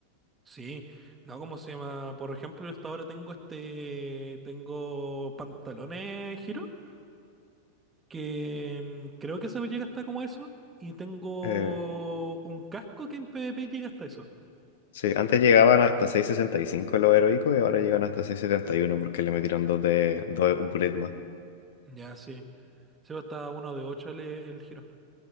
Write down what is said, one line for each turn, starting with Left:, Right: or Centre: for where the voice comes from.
Right: Sí, no, ¿cómo se llama? Por ejemplo, yo hasta ahora tengo este, tengo pantalones giro, que mm, creo que eso llega hasta como eso. Y tengo
Left: Eh,
Right: un casco que en PvP llega hasta eso.
Left: sí, antes llegaban hasta 6.65 los Heroicos y ahora llegan hasta seis setenta y uno porque le metieron dos de dos upgrades más.
Right: Ya, sí. Sí, hasta uno de ocho el, el giro.